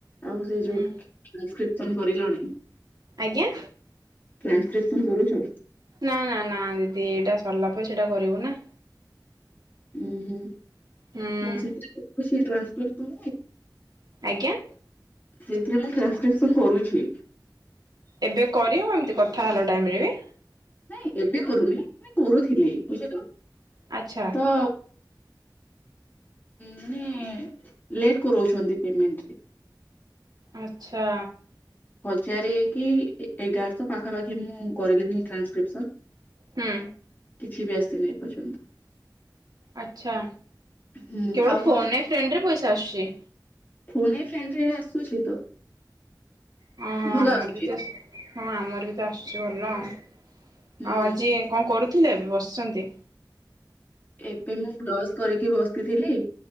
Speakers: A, on the left; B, on the right.
A: ଆଉ ସେଇ
B: ହୁଁ
A: ଯୋଉ ଟ୍ରାସକ୍ରିପସନ କରିଲଣି।
B: ଆଜ୍ଞା।
A: ଟ୍ରାନ୍ସଲେସନ୍ କରୁଛ।
B: ନା ନା ନା ଦିଦି ଏଇଟା ସରିଲା ପରେ ସେଇଟା କରିବୁ ନା।
A: ଉୁଁ ହୁଁ
B: ହୁଁ
A: ମୁଁ ସେଥିରେ ଟ୍ରାନ୍ସଲେଟ
B: ଆଜ୍ଞା।
A: ସେଇଥିରେ ମୁଁ ଟ୍ରାନ୍ସକ୍ରିପସନ କରୁଛି।
B: ଏବେ କରିହେବ ଏମିତି କଥା ହେଲା ଟାଇମରେ ବି?
A: ନାଇଁ ଏବେ କରୁନି ମାନେ କରୁଥିଲି ବୁଝିପାଇଲ
B: ଆଚ୍ଛା
A: ତ ମାନେ ଲେଟ୍ କରଉଛନ୍ତି ପେମେଣ୍ଟରେ।
B: ଆଚ୍ଛା।
A: ହଜାରେ କି ଏଗାରଶହ ପାଖାପାଖି ମୁଁ କରିଲିନି ଟ୍ରାନ୍ସକ୍ରିପସନ।
B: ହୁଁ।
A: କିଛି ବି ଆସିନି ଏପର୍ଯ୍ୟନ୍ତ।
B: ଆଚ୍ଛା
A: ହୁଁ
B: କେବଳ
A: ଆଉ କଣ
B: ଫୋନ୍ ଏ ଫ୍ରେଣ୍ଡରେ ପଇସା ଆସୁଛି।
A: ଫୋନ୍ ଏ ଫ୍ରେଣ୍ଡରେ ଆସୁଛି ତ।
B: ହଁ ହଁ
A: ଭଲ
B: ଆମର
A: ଆସୁଛି।
B: ବି ତ ହଁ ଆମର ବି ତ ଆସୁଛି ଭଲ ଆଉ
A: ହୁଁ
B: ଆଜି କଣ କରୁଥିଲେ ଏବେ ବସିଛନ୍ତି।
A: ଏବେ ମୁଁ ବ୍ରସ୍ କରିକି ବସିଥିଲି